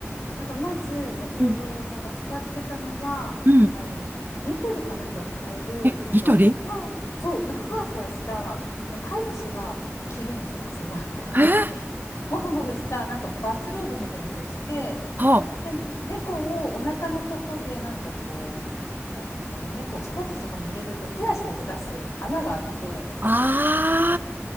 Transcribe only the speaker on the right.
うん。うん。
え、
ニトリ
えー
は
あ。